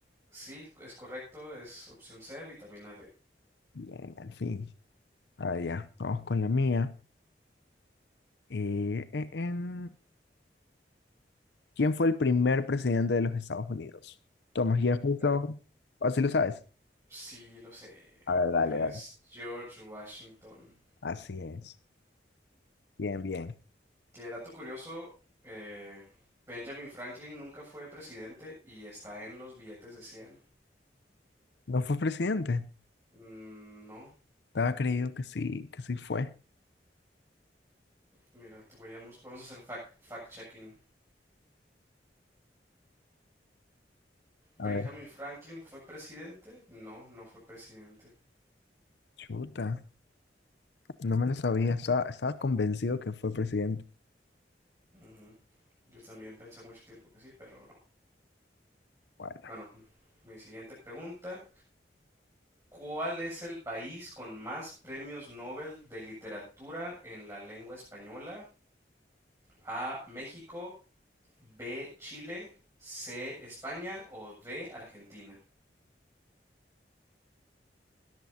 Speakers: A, on the right; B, on the left.
A: sí, es correcto, es opción C, vitamina D.
B: Bien, al fin. Ah, ya, vamos con la mía. Eh, eh, em, ¿Quién fue el primer presidente de los Estados Unidos? Thomas Jefferson.
A: Eh,
B: ¿O si lo sabes?
A: sí, lo sé.
B: A ver, dale,
A: Es
B: dale.
A: George Washington.
B: Así es. Bien, bien.
A: Que dato curioso, eh, Benjamin Franklin nunca fue presidente y está en los billetes de 100.
B: ¿No fue presidente?
A: Mm, no,
B: Estaba creído que sí, que sí fue.
A: mira, te voy a mos- vamos a hacer fact, fact checking. Benjamin
B: A ver,
A: Franklin fue presidente? No, no fue presidente.
B: chuta. No me lo sabía. Estaba, estaba convencido que fue presidente.
A: Ujú. Yo también pensé mucho tiempo que sí, pero no.
B: Bueno,
A: Bueno, mi siguiente pregunta. ¿Cuál es el país con más premios Nobel de literatura en la lengua española? A. México, B, Chile, C, España o D, Argentina.